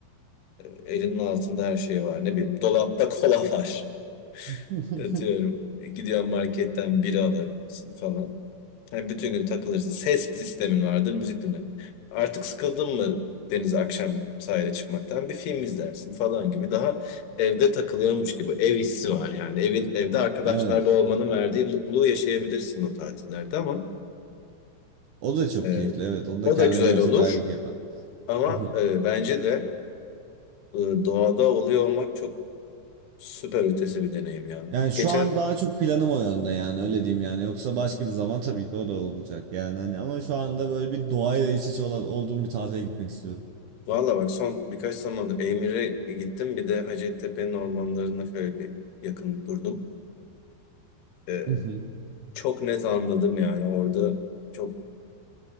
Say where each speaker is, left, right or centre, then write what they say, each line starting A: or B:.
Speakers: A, on the left; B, on the right.
A: E, elinin altında her şey var ne bileyim dolapta kola var
B: <laughs>
A: <laughs> atıyorum. E, Gidiyorsun marketten bira alabilirsin falan. Yani bütün gün takılırsın. Ses sistemin vardır, müzik dinler. Artık sıkıldın mı deniz akşam sahile çıkmaktan? Bir film izlersin falan gibi. Daha evde takılıyormuş gibi. Ev hissi var yani. Evin, evde arkadaşlarla
B: Evet.
A: olmanın verdiği mutluluğu yaşayabilirsin o tatillerde ama
B: O da çok
A: e,
B: keyifli. Evet. Onun da
A: o
B: kendine
A: da güzel
B: göre
A: olur.
B: çok ayrı bir keyfi var.
A: Ama
B: <laughs>
A: e, bence de e, doğada oluyor olmak çok süper ötesi bir deneyim yani.
B: Yani şu
A: Geçen
B: an daha çok planım o yönde yani öyle diyeyim yani. Yoksa başka bir zaman tabii ki o da olacak yani hani ama şu anda böyle bir doğayla iç içe olan olduğum bir tatile gitmek istiyorum.
A: Valla bak son birkaç zamandır Eymir'e gittim. Bir de Hacettepe'nin ormanlarında şöyle bir yakın durdum. Ee,
B: <laughs>
A: çok net anladım yani orada çok